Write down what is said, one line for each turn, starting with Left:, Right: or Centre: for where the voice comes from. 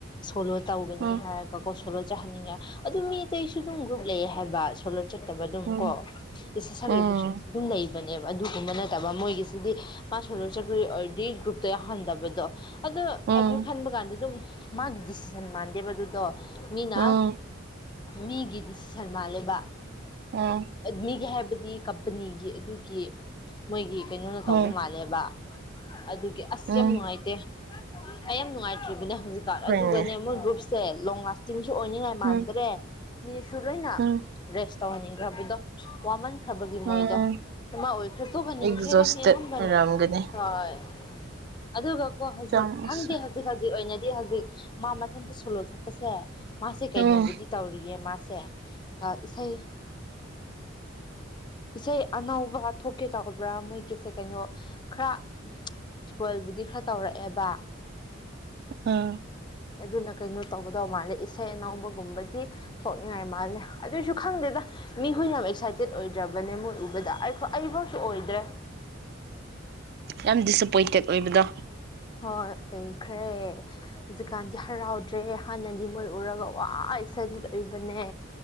Left: ꯁꯣꯂꯣ ꯇꯧꯒꯅꯤ
Right: ꯎꯝ
Left: ꯍꯥꯏꯔꯒ ꯀꯣ ꯁꯣꯂꯣ ꯆꯥꯍꯟꯅꯤꯡꯉꯦ ꯑꯗꯨ ꯃꯤ ꯑꯇꯩꯁꯨ ꯑꯗꯨꯝ ꯒ꯭ꯔꯨꯞ ꯂꯩꯌꯦ ꯍꯥꯏꯕ ꯁꯣꯂ ꯆꯠꯇꯕ ꯑꯗꯨꯝ
Right: ꯎꯝ
Left: ꯀꯣ ꯏꯁꯩ ꯁꯛꯂꯤꯕꯁꯤꯡꯁꯨ
Right: ꯎꯝ
Left: ꯑꯗꯨꯝ ꯂꯩꯕ ꯅꯦꯕ ꯑꯗꯨꯒꯨꯝꯕ ꯅ ꯇꯕ ꯃꯣꯏꯒꯤꯁꯤꯗꯤ ꯃꯥ ꯁꯂ ꯆꯀꯔꯤ ꯑꯣꯏꯔꯗꯤ ꯒ꯭ꯔꯨꯞꯇ ꯌꯥꯍꯟꯗꯕꯗꯣ
Right: ꯎꯝ
Left: ꯑꯈꯣꯏ ꯈꯟꯕ ꯀꯥꯟꯗ ꯑꯗꯨꯝ ꯃꯥꯒꯤ ꯗꯤꯁꯤꯖꯟ ꯃꯥꯟꯗꯦꯕꯗꯨꯗꯣ ꯃꯤꯅꯥ
Right: ꯎꯝ
Left: ꯃꯤꯒꯤꯗꯤ ꯁꯜꯃꯥ ꯂꯩꯕꯥꯛ
Right: ꯎꯝ
Left: ꯃꯤꯒꯤ ꯍꯥꯏꯕꯗꯤ ꯀꯝꯄꯅꯤꯒꯤ ꯑꯗꯨ ꯀꯤ ꯃꯣꯏꯒꯤ ꯀꯩꯅꯣꯅ
Right: ꯎꯝ
Left: ꯇꯧꯕ ꯃꯥꯜꯂꯦꯕ ꯑꯗꯨꯒꯤ ꯑꯁ
Right: ꯎꯝ
Left: ꯌꯥꯝ ꯅꯨꯡꯉꯥꯏꯇꯦ ꯑꯩ ꯌꯥꯝ ꯅꯨꯡꯉꯥꯏꯇ꯭ꯔꯤꯕꯅꯦ ꯍꯧꯖꯤꯛꯀꯥꯟ
Right: ꯍꯣꯏꯅꯦ
Left: ꯑꯗꯨꯒꯅꯦ ꯃꯣꯏ ꯒ꯭ꯔꯨꯞ ꯁꯦꯂꯣꯡ ꯂꯥꯁꯇ ꯆꯤꯡꯁꯨ ꯑꯣꯏꯅꯤꯡꯉꯥꯏ ꯃꯥꯟꯗ꯭ꯔꯦ
Right: ꯎꯝ
Left: ꯁꯨ ꯂꯣꯏꯅ
Right: ꯎꯝ
Left: ꯔꯦꯁ ꯇꯧꯍꯟꯅꯤꯡꯈ꯭ꯔꯕꯗꯣ ꯋꯥꯃꯟ ꯈ꯭ꯔꯕꯒꯤ
Right: ꯎꯝ
Left: ꯃꯣꯏꯗꯣ ꯑꯃꯥ ꯑꯣꯏꯈ꯭ꯔꯁꯨ ꯍꯟꯅꯤꯡꯈ꯭ꯔꯦꯗꯃꯤ
Right: ꯑꯦꯛꯖꯣꯁꯇꯦꯠ
Left: ꯑꯅꯝꯕꯅ
Right: ꯑꯣꯏꯔꯝꯒꯅꯤ
Left: ꯍꯣꯏ ꯑꯗꯨꯒꯀꯣ ꯍꯧꯖꯤꯛ
Right: ꯀꯌꯥꯃꯨꯛꯁꯨ
Left: ꯈꯪꯗꯦ ꯍꯧꯖꯤꯛ ꯍꯧꯖꯤꯛ ꯑꯣꯏꯅꯗꯤ ꯍꯧꯖꯤꯛ ꯍꯧꯖꯤꯛ ꯃꯥ ꯃꯊꯟꯇ ꯁꯣꯂꯣ ꯊꯣꯛꯄꯁꯦ ꯃꯥꯁꯦ ꯀꯩꯅꯣꯕꯨꯗꯤ
Right: ꯎꯝ
Left: ꯇꯧꯔꯤꯌꯦ ꯃꯥꯁꯦ ꯆꯦ ꯑ ꯏꯁꯩ ꯏꯁꯩ ꯑꯅꯧꯕ ꯊꯣꯛꯀꯦ ꯇꯧꯕ꯭ꯔꯥ ꯃꯣꯏꯒꯤꯁꯦ ꯀꯩꯅꯣ ꯈꯔ ꯏꯁꯄꯣꯏꯜꯕꯨꯗꯤ ꯈꯔ ꯇꯧꯔꯛꯑꯦꯕ
Right: ꯑꯥ
Left: ꯑꯗꯨꯅ ꯀꯩꯅꯣ ꯇꯧꯒꯗꯕ ꯃꯥꯜꯂꯦ ꯏꯁꯩ ꯑꯅꯧꯕꯒꯨꯝꯕꯗꯤ ꯊꯣꯛꯅꯤꯡꯉꯥꯏ ꯃꯥꯜꯂꯦ ꯑꯗꯨꯏꯁꯨ ꯈꯪꯗꯦꯗ ꯃꯤꯈꯣꯏꯅ ꯑꯦꯛꯁꯥꯏꯇꯦꯠ ꯑꯣꯏꯗ꯭ꯔꯕꯅꯦ ꯃꯣꯏ ꯎꯕꯗ ꯑꯩ ꯑꯩꯐꯧꯁꯨ ꯑꯣꯏꯗ꯭ꯔꯦ
Right: ꯌꯥꯝ ꯗꯤꯁꯑꯄꯣꯏꯟꯇꯦꯠ ꯑꯣꯏꯕꯗꯣ
Left: ꯍꯣꯏ ꯑꯣꯏꯈ꯭ꯔꯦ ꯍꯧꯖꯤꯛꯀꯥꯟꯗꯤ ꯍꯔꯥꯎꯗ꯭ꯔꯦ ꯍꯥꯟꯅꯗꯤ ꯃꯣꯏ ꯎꯔꯒ ꯋꯥ ꯑꯦꯛꯁꯥꯏꯇꯦꯠ ꯑꯣꯏꯕꯅꯦ